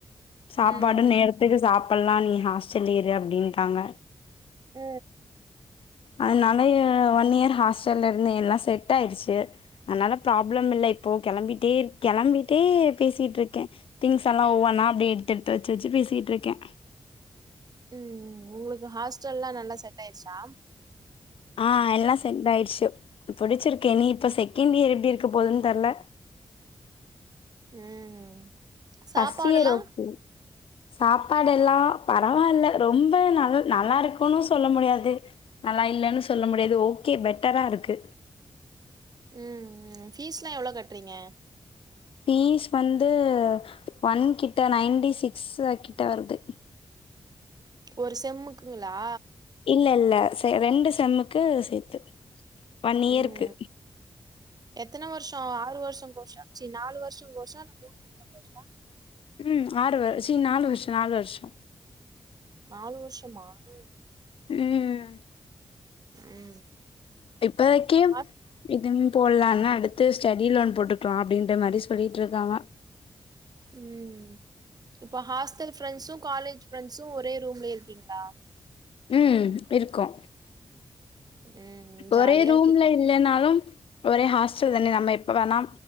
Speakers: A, on the left; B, on the right.
A: சாப்பாடு
B: ம்
A: நேரத்துக்கு சாப்பல்லா நீ ஹாஸ்டல்லே இரு அப்டின்டாங்க
B: அ
A: அதுனாலயே ஒன் இயர் ஹாஸ்டல்ல இருந்தே எல்லா செட் ஆயிருச்சு அதனால ப்ராப்ளம் இல்ல இப்போ கெளம்பிட்டே கெளம்பிட்டே பேசிட்ருக்கே திங்ஸ் எல்லா ஒவ்வொன்னா அப்டியே எடுத்து எடுத்து வச்சு வச்சு பேசிட்ருக்கே
B: ம் உங்களுக்கு ஹாஸ்டல்லா நல்லா செட் ஆயிடுச்சா
A: ஆ எல்லா சென்ட் ஆயிடுச்சு புடுச்சிருக்கே இனி இப்ப செகண்ட் இயர் எப்டி இருக்கு போதுன்னு தெர்ல
B: அ ம் சாப்பாடுல்லா
A: ஃபர்ஸ்ட் இயர் ஓகே சாப்பாடு எல்லா பரவால்லா ரொம்ப நல் நல்லா இருக்குனு சொல்ல முடியாது நல்லா இல்லனு சொல்ல முடியாது ஓகே பெட்டரா இருக்கு
B: ம் ம் ஃபீஸ்லா எவ்ளோ கட்றீங்க
A: ஃபீஸ் வந்து ஒன்கிட்ட நைன்டி சிக்ஸ கிட்ட வருது
B: ஒரு செம்முக்குங்ளா
A: இல்ல இல்ல ரெண்டு செம்முக்கு சேத்து ஒன் இயருக்கு
B: ம் எத்தன வர்ஷோ ஆறு வர்ஷோ கோர்ஷா சி நாலு வர்ஷோ கோர்ஷா இல்ல மூணு வர்ஷோ கோர்ஷா
A: ம் ஆறு வர் சி நாலு வர்ஷொ நாலு வர்ஷொ
B: நாலு வர்ஷமா ம்
A: ம்
B: ம்
A: இப்பத்க்கி
B: ஹாஸ்
A: இதும் போல்லானு அடுத்து ஸ்டடி லோன் போட்டுக்லா அப்டின்ற மாரி சொல்லியிட்ருக்காங்க
B: ம் இப்ப ஹாஸ்ட்டல் ஃப்ரெண்ட்ஸு காலேஜ் ஃப்ரெண்ட்ஸு ஒரே ரூம்லே இருக்கீங்களா
A: ம் இருக்கோ
B: ம் ஜாலியா
A: ஒரே ரூம்ல
B: இருப்பீ
A: இல்லேனாலும் ஒரே ஹாஸ்டல் தானே நம்ம எப்ப வேணா